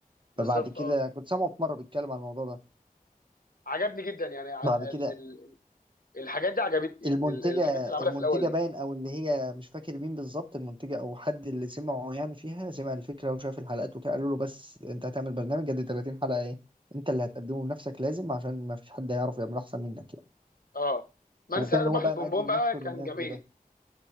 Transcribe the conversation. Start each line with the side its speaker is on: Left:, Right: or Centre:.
Left: بالظبط
Right: فبعد كده
Left: اه
Right: كنت سامعه في مره بيتكلم على الموضوع ده
Left: عجبني جدا يعني ع-
Right: بعد كده
Left: ال ال الحاجات دي عجبتني
Right: المنتجة
Left: يعني ال الحاجات اللي عملها
Right: المنتجة
Left: في الاول دي
Right: باين أو اللي هي مش فاكر مين بالظبط المنتجة أو حد اللي سمعه يعني فيها سمع الفكرة وشاف الحلقات وكده قالوا له بس أنت هتعمل برنامج قد 30 حلقة إيه أنت اللي هتقدمه بنفسك لازم عشان ما فيش حد هيعرف يعمل أحسن منك يعني
Left: اه من
Right: وكان
Left: سيربح
Right: هو بقى
Left: البونبون
Right: مقدم
Left: بقى
Right: نفسه
Left: كان
Right: للناس
Left: جميل
Right: بده